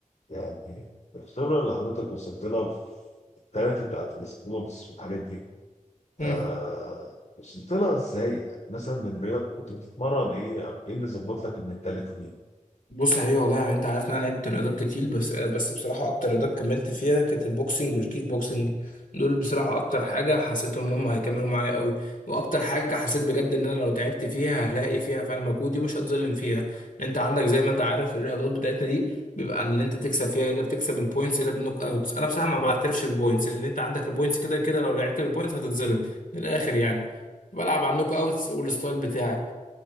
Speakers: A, on the left; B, on the left.
A: يعني الخبرة اللي حضرتك وصلت لها في التالتي بتاعت السبورتس والحاجات دي
B: امم
A: آه وصلت لها إزاي؟ يعني مثلا من رياضة كنت بتتمرن إيه أو إيه اللي ظبط لك المنتاليتي دي؟
B: بص حقيقي والله يعني انت عارف ان انا لعبت رياضات كتير بس آه، بس بصراحه اكتر رياضات كملت فيها كانت البوكسنج والكيك بوكسنج دول بصراحه اكتر حاجه حسيتهم ان هم هيكملوا معايا قوي واكتر حاجه حسيت بجد ان انا لو تعبت فيها هلاقي فيها فعلا مجهودي ومش هتظلم فيها انت عندك زي ما انت عارف الرياضات بتاعتنا دي بيبقى ان انت تكسب فيها الا بتكسب البوينتس الا بالنوك اوتس انا بصراحه ما بعترفش بالبوينتس لان انت عندك البوينتس كده كده لو لعبت بالبوينتس هتتظلم من الاخر يعني بلعب على النوك اوتس والستايل بتاعي